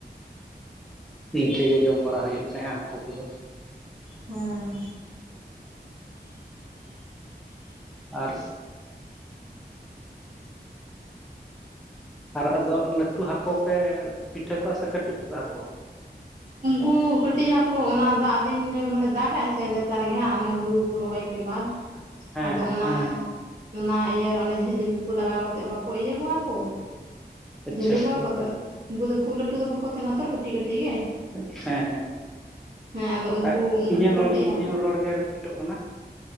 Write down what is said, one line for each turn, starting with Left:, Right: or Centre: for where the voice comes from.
Centre: ᱩᱸ ᱤᱝᱠᱟᱹ ᱜᱮ ᱡᱚᱢ ᱵᱟᱲᱟ ᱦᱩᱭᱩᱜ ᱛᱟᱦᱮᱸᱫ ᱦᱟᱹᱠᱳ ᱠᱚᱫᱚ᱾
Right: ᱦᱮᱸ᱾
Centre: ᱟᱨ ᱟᱨ ᱟᱫᱚ ᱞᱟᱹᱴᱩ ᱦᱟᱹᱠᱳ ᱯᱮ ᱯᱤᱴᱷᱟᱹ ᱠᱚᱣᱟ ᱥᱮ ᱠᱟᱹᱴᱤᱡ ᱦᱟᱹᱠᱳ?
Right: ᱦᱚᱸ ᱠᱟᱹᱴᱤᱪ ᱦᱟᱹᱠᱳ ᱚᱱᱟ ᱫᱟᱜ ᱫᱤᱱ ᱵᱚᱞᱮ ᱫᱟᱜᱟᱭ ᱥᱮ ᱱᱮᱛᱟᱨ ᱜᱮ ᱦᱟᱸᱜ ᱚᱱᱮ ᱦᱩᱲᱩ ᱠᱚ ᱨᱚᱦᱚᱭ ᱠᱮ ᱵᱟᱫ
Centre: ᱦᱮᱸ
Right: ᱟᱫᱚ
Centre: ᱦᱮᱸ
Right: ᱚᱱᱟ ᱚᱱᱟ ᱤᱭᱟᱹᱨᱮ ᱚᱱᱮ ᱡᱷᱟᱹᱞᱤ ᱠᱩᱠᱩ ᱞᱟᱜᱟᱣ ᱠᱟᱛᱮᱫ ᱵᱟᱠᱚ ᱤᱭᱟᱹ ᱠᱚᱣᱟ ᱠᱚ?
Centre: ᱟᱪᱪᱷᱟ
Right: ᱡᱷᱟᱞᱤ ᱠᱚᱣᱟ ᱠᱚᱫᱚ ᱩᱱᱠᱩ ᱫᱚ ᱠᱷᱩᱜ ᱞᱟᱹᱴᱩ ᱫᱚ ᱵᱟᱠᱚ ᱛᱟᱦᱮᱱᱟ ᱛᱚ ᱠᱟᱹᱴᱤᱡ ᱠᱟᱹᱴᱤᱡ ᱜᱮ᱾
Centre: ᱦᱮᱸ ᱦᱮᱸ᱾
Right: ᱦᱮᱸ ᱟᱫᱚ ᱩᱝᱠᱩ
Centre: ᱟᱡ
Right: ᱩᱝᱠᱩ
Centre: ᱤᱧᱟᱹᱝ
Right: ᱠᱟᱹᱴᱤᱡ
Centre: ᱨᱚ-
Right: ᱦᱟᱹᱠᱩ
Centre: ᱤᱧᱟᱹᱝ ᱨᱚᱲ ᱜᱮ ᱨᱤᱯᱤᱴᱚᱜ ᱠᱟᱱᱟ